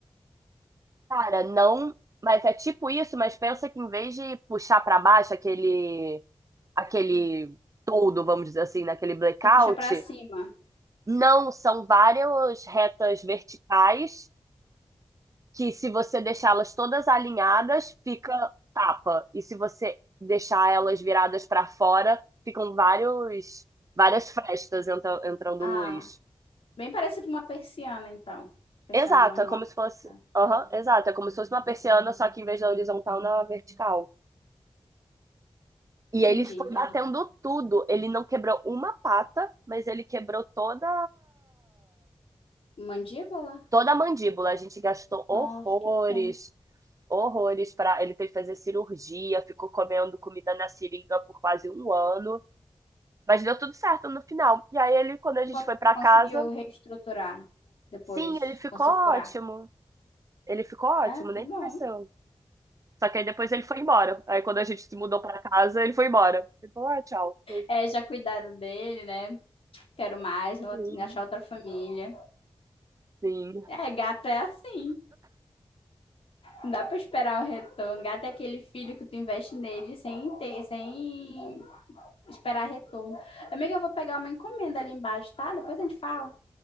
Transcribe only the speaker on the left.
Você puxa para cima.
Ah.
Bem parecido com uma persiana, então. Persiana
normal.
né?
Entendi,
entendi.
Mandíbula?
Nossa, que pena.
Con-
Conseguiu
reestruturar depois,
conseguiu
curar.
Ah, que
bom.
É, já cuidaram dele, né? Quero mais, vou
achar outra família.
É, gato é assim. Não dá pra esperar o retorno. Gato é aquele filho que tu investe nele sem ter, sem esperar retorno. Amiga, eu vou pegar uma encomenda ali embaixo, tá? Depois a gente fala.